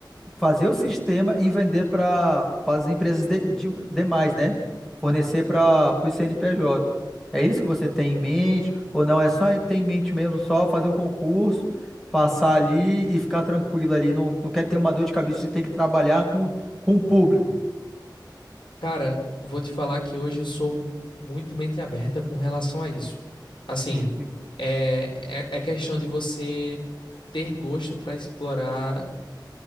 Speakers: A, in the centre; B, on the left.
A: fazer o sistema e vender para as empresas de- de- demais, né? Fornecer para o CNPJ. É isso que você tem em mente? Ou não? É só ter em mente mesmo só fazer um concurso, passar ali e ficar tranquilo ali. Não, não quer ter uma dor de cabeça de ter que trabalhar com, com o público.
B: Cara, vou te falar que hoje eu sou mu- muito mente aberta com relação a isso. Assim,
A: Sim, sim.
B: é, é, é questão de você ter gosto para explorar